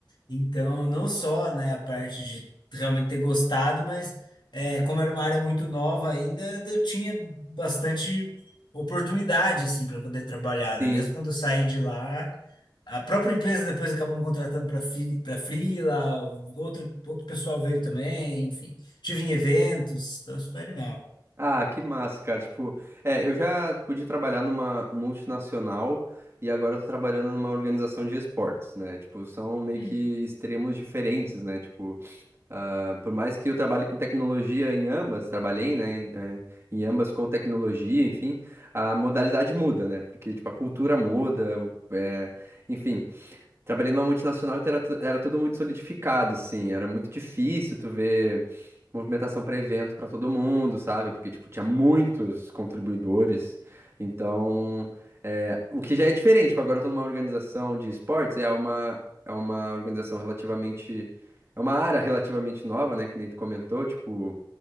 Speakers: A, on the left; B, on the right.
A: Então, não só, né, a parte de realmente ter gostado, mas é, como era uma área muito nova ainda, eu tinha bastante oportunidade, assim, para poder trabalhar,
B: sim.
A: né? Mesmo quando eu saí de lá, a própria empresa depois acabou me contratando para para freela, outro, outro pessoal veio também, enfim. Tive em eventos, então isso foi animal.
B: Ah, que massa, cara. Tipo, é, eu já pude trabalhar numa multinacional e agora eu tô trabalhando numa organização de esportes, né? Tipo, são meio
A: Uhum.
B: que extremos diferentes, né? Tipo, ah, por mais que eu trabalhe com tecnologia em ambas, trabalhei, né, em, eh, em ambas com tecnologia, enfim, a modalidade muda, né? Porque, tipo, a cultura muda, o- é, enfim. Trabalhei numa multinacional que era, tu- era tudo muito solidificado, assim. Era muito difícil tu ver movimentação para evento para todo mundo, sabe? Porque, tipo, tinha muitos contribuidores. Então, é, o que já é diferente. Tipo, agora eu tô numa organização de esportes, é uma, é uma organização relativamente... É uma área relativamente nova, né? Que nem tu comentou, tipo,